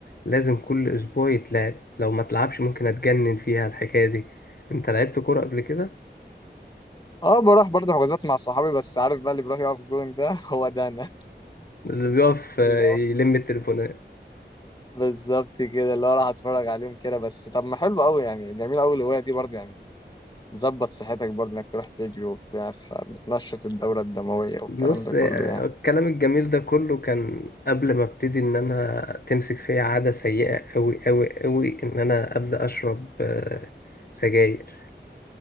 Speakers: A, on the left; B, on the left.
A: لازم كل أسبوع يتلعب لو ما تلعبش ممكن أتجنن فيها الحكاية دي أنت لعبت كورة قبل كده؟
B: اه بروح برضه حجوزات مع صحابي بس عارف بقى اللي بيروح يقف جون ده <laughs> هو ده انا
A: اللي بيقف آه،
B: لا
A: يلم التليفون
B: بالظبط كده اللي هو راح اتفرج عليهم كده بس طب ما حلو قوي يعني جميل قوي الهواية دي برضه يعني تظبط صحتك برضه انك تروح تجري وبتاع فبتنشط الدورة الدموية والكلام
A: بص
B: ده كله يعني
A: الكلام الجميل ده كله كان قبل ما ابتدي ان انا تمسك فيا عادة سيئة قوي قوي قوي ان انا ابدا اشرب آه، سجاير